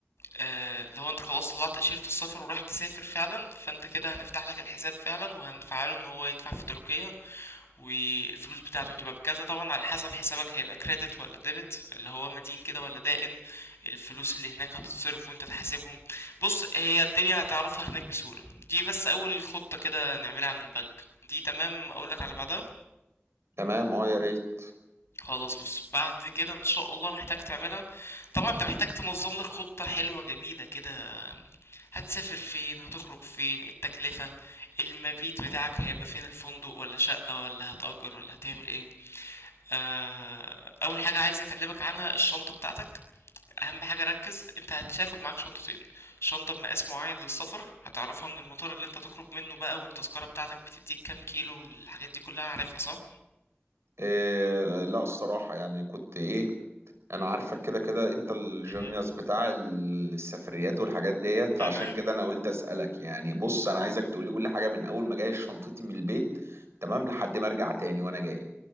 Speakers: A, on the left; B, on the right.
A: آه، اللي هو انت خلاص طلعت تأشيرة السفر وراح تسافر فعلا فانت كده هنفتح لك الحساب فعلا وهنفعله ان هو يدفع في تركيا والفلوس بتاعته هتبقى بكذا طبعا على حسب حسابك هيبقى كريدت ولا ديبت اللي هو مدين كده ولا دائن الفلوس اللي هناك هتتصرف وانت تحاسبهم بص هي الدنيا هتعرفها هناك بسهولة دي بس اول خطة كده نعملها عن البنك دي تمام اقولك على بعدها
B: تمام اه يا ريت
A: خلاص بص بعد كده ان شاء الله محتاج تعملها طبعا انت محتاج تنظم لك خطة حلوة جميلة كده هتسافر فين هتخرج فين التكلفة المبيت بتاعك هيبقى فين الفندق ولا شقة ولا هتأجر ولا هتعمل ايه آه اول حاجة عايز اكلمك عنها الشنطة بتاعتك اهم حاجة ركز انت هتاخد معاك شنطتين شنطة بمقاس معين للسفر هتعرفها من المطار اللي انت تخرج منه بقى والتذكرة بتاعتك بتديك كام كيلو والحاجات دي كلها عارفها صح؟
B: إيه لا الصراحه يعني كنت ايه انا عارفك كده كده انت الجونيوس
A: مهم.
B: بتاع ال- السفريات والحاجات ديت فعشان
A: عينيا
B: كده انا قلت اسالك يعني بص انا عايزك تقول لي كل حاجه من اول ما جاي شنطتي من البيت تمام لحد ما ارجع تاني وانا جاي